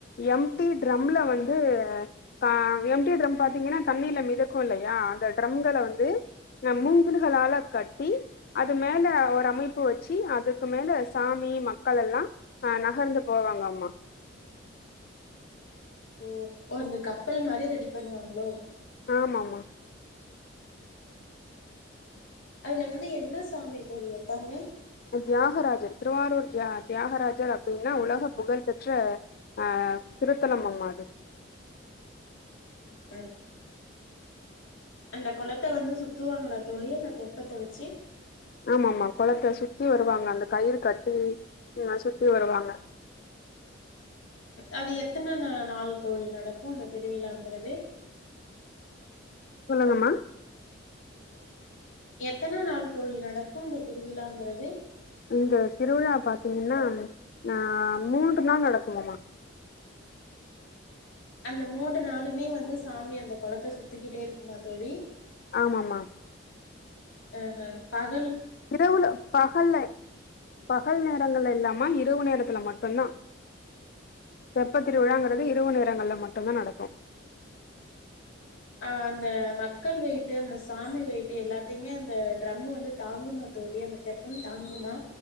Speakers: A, on the left; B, on the left.
A: எம்டி ட்ரம்ல வந்து க எம்டி ட்ரம் பாத்தீங்கின்னா தண்ணில மிதக்கு இல்லையா அந்த ட்ரம்கள வந்து மூங்கில்களால கட் ட்டி அது மேல ஒரு சமிப் ப்பு வச்சி அதுக்கு மேல சாமி ம க்கள் எல்லா ஆ நகர்ந்து போவாங்கம்மா
B: ம் ஓ அந்த கப்பல் மாரி ரெடி பண்ணுவாங்களோ
A: ஆமாமா
B: அதுல வந்து என்ன சாமி தோழி வப்பாங்க
A: தியாகராஜர் திருவாரூர் தியா தியாகராஜர் அப்பிடின்னா உலக புகழ்பெற்ற அ திருத்தலம் அம்மா அது
B: ம் அந்த கொளத்த வந்து சுத்துவாங்களா தோழி அந்த தெப்பத்த வச்சி
A: ஆமா ஆமா குளத்த சுத்தி வருவாங்க அந்த கயிறு கட்டி ஆ சுத்தி வருவாங்க
B: அது எத்தன நா நாள் தோழி நடக்கு அந்த திருவிழாங்கிறது
A: சொல்லுங்கம்மா
B: எத்தன நாள் தோழி நடக்கு அந்த திருவிழாங்குறது
A: இந்த திருவிழா பாத்தீங்கன்னா நா மூன்று நாள் நடக்குமம்மா
B: அந்த மூன்று நாளுமே வந்து சாமி அந்த குளத்த சுத்திக்கிட்டே இருக்குமா தோழி
A: ஆமாம்மா
B: ஆஹ் பாக்
A: இரவுல பகல்ல பகல் நேரங்கள் இல்லமா இ இரவு நேரத்துல மட்டுதா தெப்பத்திருவிழாங்கிறது இரவு நேரங்கல்ல மட்டுந்தா நடக்கு
B: ஆ அந்த மக்கள் வெய்ட்டு அந்த சாமி வெய்ட்டு எல்லாத்தையுமே அந்த ட்ரம்மு வந்து தாங்குமா தோழி அந்த தெப்பம் தாங்குமா